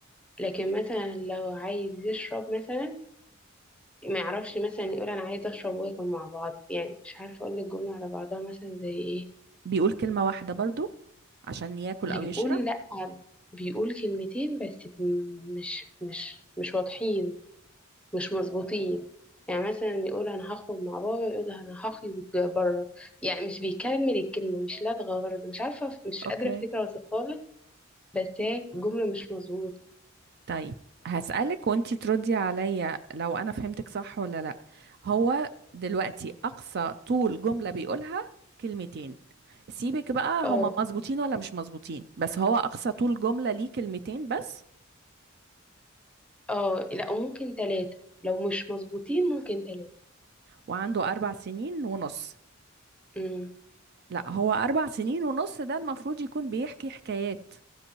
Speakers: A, in the centre; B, on the right.
A: لكن مثلا لو عايز يشرب مثلا ما يعرفش مثلا يقول انا عايز اشرب واكل مع بعض يعني مش عارفه اقول لك جمله على بعضها مثلا زي ايه
B: بيقول كلمة واحدة برضو عشان ياكل
A: بيقول
B: او يشرب
A: لا بيقول كلمتين بس م- مش مش مش واضحين مش مظبوطين يعني مثلا يقول انا هخرج مع بابا يقول انا هخرج بره يعني مش بيكمل الكلمه مش لدغه برضه مش عارفه مش
B: اوكي
A: قادره افتكر اوصفها لك بس هي جمله مش مظبوطه
B: طيب هسألك وانتي تردي عليا لو انا فهمتك صح ولا لا هو دلوقتي اقصى طول جملة بيقولها كلمتين سيبك بقى
A: اه
B: هما مظبوطين ولا مش مظبوطين بس هو اقصى طول جملة ليه كلمتين بس
A: اه لا وممكن تلاتة لو مش مظبوطين ممكن تلاتة
B: وعنده اربع سنين ونص
A: امم
B: لا هو اربع سنين ونص ده المفروض يكون بيحكي حكايات